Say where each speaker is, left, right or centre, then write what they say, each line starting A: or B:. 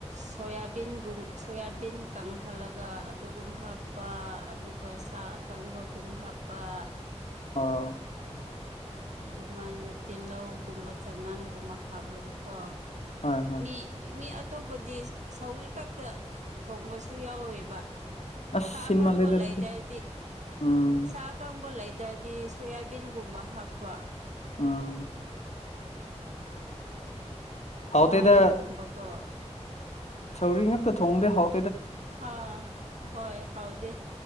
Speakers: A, on the right; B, on the left.
A: ꯁꯣꯌꯥꯕꯤꯟꯒꯨꯝ ꯁꯣꯌꯥꯕꯤꯟ ꯀꯪꯍꯜꯂꯒ ꯑꯗꯨꯒꯨꯝ ꯍꯥꯞꯄ ꯍꯥꯞꯄ ꯑꯗꯨꯒ ꯁꯥ ꯑꯀꯪꯕꯒꯨꯝ ꯍꯥꯞꯄ
B: ꯑ
A: ꯑꯗꯨꯃꯥꯏꯅ ꯇꯤꯜꯍꯧꯒꯨꯝꯕ ꯆꯅꯝꯒꯨꯝꯕ ꯍꯥꯞꯂꯒꯀꯣ
B: ꯍꯣꯏ ꯍꯣꯏ
A: ꯃꯤ ꯃꯤ ꯑꯇꯣꯞꯄꯗꯤ ꯁꯧꯔꯤ ꯈꯛꯇ ꯊꯣꯡꯕꯁꯨ ꯌꯥꯎꯋꯦꯕ
B: ꯑꯁ
A: ꯁꯥ
B: ꯁꯤꯟꯃꯜꯂꯦꯗ
A: ꯀꯝꯕ ꯂꯩ
B: ꯑꯗꯨꯗꯤ
A: ꯂꯩꯗꯗꯤ
B: ꯎꯝ
A: ꯁꯥ ꯀꯝꯕ ꯂꯩꯗꯗꯤ ꯍꯥꯏꯗꯤ ꯁꯣꯌꯥꯕꯤꯟꯒꯨꯝꯕ ꯍꯥꯞꯄ
B: ꯑꯥ ꯍꯥꯎꯇꯦꯗ
A: ꯉꯥꯔꯤꯒꯨꯝꯕꯀꯣ
B: ꯁꯧꯔꯤ ꯉꯛꯇ ꯊꯣꯡꯗꯦ ꯍꯥꯎ
A: ꯍ ꯍꯣꯏ ꯍꯥꯎꯗꯦ